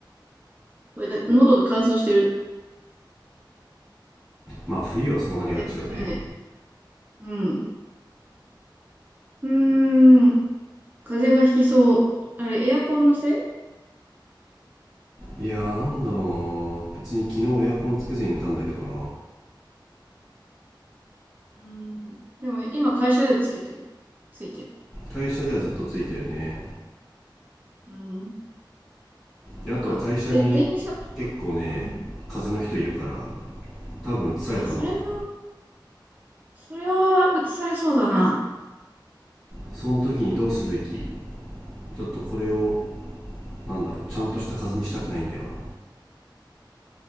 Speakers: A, on the right (about 25°); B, in the centre.
A: これだ、喉が乾燥してる。
B: まあ冬はそうなりがちよね
A: えっとね、うん。うーん、風邪がひきそう。あれ、エアコンのせいう
B: いやーなんだろうな別に昨日エアコンつけずに寝たんだけどな
A: ーん。でも、今、会社でつけてる。ついてる。
B: 会社ではずっとついてるね
A: うーん。
B: であとは会社に
A: なんか、で、電車とか。
B: 結構ね風邪の人いるから
A: うん。
B: 多分移されたんだと思う
A: あ、それは、それは映されそうだな。
B: その時にどうするべきちょっとこれをなんだろうちゃんとした風邪にしたくないんだよな